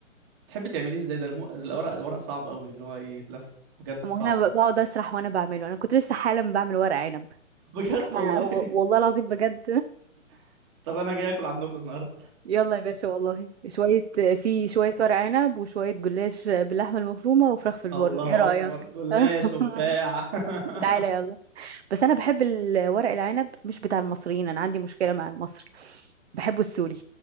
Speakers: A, on the right; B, on the right.
A: تحبي تعمليه ازاي ده الم... الورق الورق صعب قوي اللي هو يتلف بجد
B: وأنا
A: صعب
B: بقعد أسرح وأنا بعمله أنا كنت لسه حالا بعمل ورق عنب
A: <laughs> بجد
B: احنا
A: والله
B: و- والله العظيم بجد
A: <laughs> طب انا جاي اكل عندكم النهارده
B: يلا يا باشا والله شوية في شوية ورق عنب وشوية جلاش باللحمة المفرومة وفراخ
A: <laughs>
B: في الفرن
A: الله
B: ايه رأيك
A: اكبر جلاش
B: <laughs>
A: وبتاع <laughs>
B: تعالى يلا بس انا بحب الورق العنب مش بتاع المصريين انا عندي مشكلة مع المصري بحبه السوري